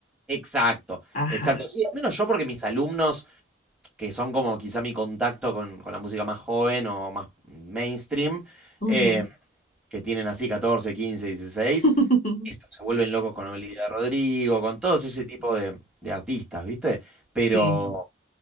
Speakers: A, in the centre; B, on the left (about 40°).
A: Exacto,
B: Ajá.
A: exacto. Sí, al menos yo porque mis alumnos, que son como quizá mi contacto con, con la música más joven o más mainstream,
B: Ujú.
A: eh, que tienen así 14, 15, 16,
B: <laughs>
A: estos se vuelven locos con Olivia Rodrigo, con todos ese tipo de, de artistas, ¿viste? Pero,
B: Sí.